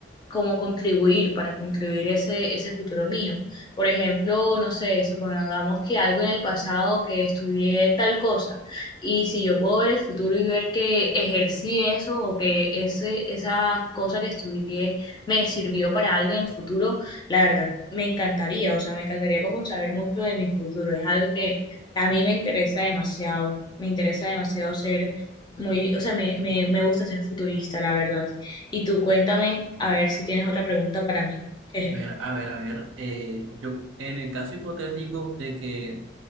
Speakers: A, on the left; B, on the right.
A: como contribuir, para contribuir ese, ese futuro mío. Por ejemplo, no sé, supongamos que algo en el pasado que estudié tal cosa y si yo puedo ver el futuro y ver que ejercí eso o que ese, esa cosa que estudié me sirvió para algo en el futuro, la verdad me encantaría, o sea, me encantaría como saber mucho de mi futuro. Es algo que a mí me interesa demasiado, me interesa demasiado ser muy, o sea, me, me, me gusta ser futurista, la verdad. Y tú cuéntame, a ver si tienes otra pregunta para mí. <laughs> Jeje.
B: ver, a ver, a ver. eh, yo, en el caso hipotético de que